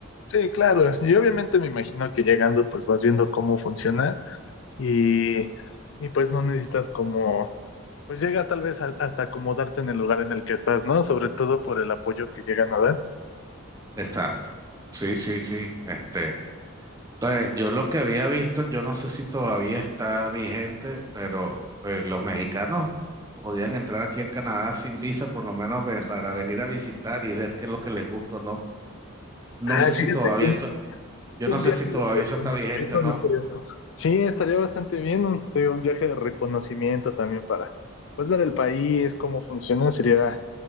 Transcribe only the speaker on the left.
Sí, claro. Y obviamente me imagino que llegando pues vas viendo cómo funciona y, y pues no necesitas como, pues llegas tal vez a- hasta acomodarte en el lugar en el que estás, ¿no? Sobre todo por el apoyo que llegan a dar.
Ah,
fíjate
que un,
un
viaje
de reconocimiento
no estaría mal. Sí, estaría bastante bien, un, te digo, un viaje de reconocimiento también para pues ver el país, cómo funciona, sería,